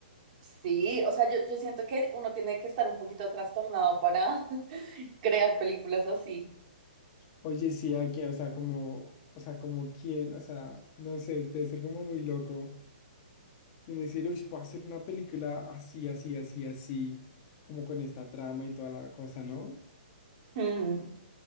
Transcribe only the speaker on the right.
Sí, o sea, yo, yo siento que uno tiene que estar un poquito trastornado para <laughs> crear películas así.
Mm,